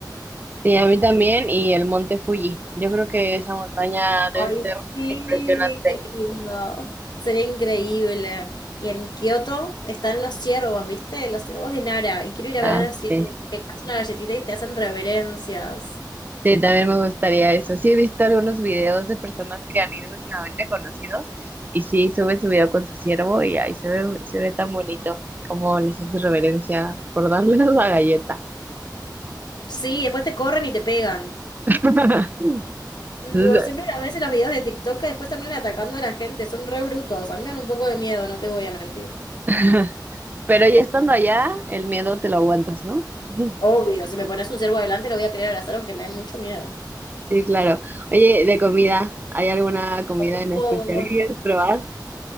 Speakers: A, on the right; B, on the left.
A: Sí, a mí también, y el monte Fuji. Yo creo que esa montaña debe
B: Ay,
A: ser
B: sí,
A: impresionante.
B: qué lindo. Sería increíble. Y en Kioto están los ciervos, ¿viste? Los ciervos de Nara. Y quiero ir a
A: Ah,
B: ver a los ciervos
A: sí.
B: que te hacen una galletita y te hacen reverencias.
A: Sí, también me gustaría eso. Sí, he visto algunos videos de personas que han ido últimamente a conocidos y sí, suben su video con su ciervo y ahí se ve, se ve tan bonito como les hace reverencia por darles la galleta.
B: Sí, después te corren y te pegan.
A: <laughs>
B: Tipo,
A: Entonces,
B: siempre a veces los videos de TikTok que después terminan atacando a la gente, son re brutos. A mí me dan un poco de miedo, no te voy a mentir.
A: <laughs> Pero ya estando allá, el miedo te lo aguantas, ¿no? <laughs>
B: Obvio, si me pones un ciervo adelante lo voy a querer abrazar aunque me dé mucho miedo.
A: Sí, claro. Oye, de comida, ¿hay alguna comida
B: Oh.
A: en especial que quieras probar?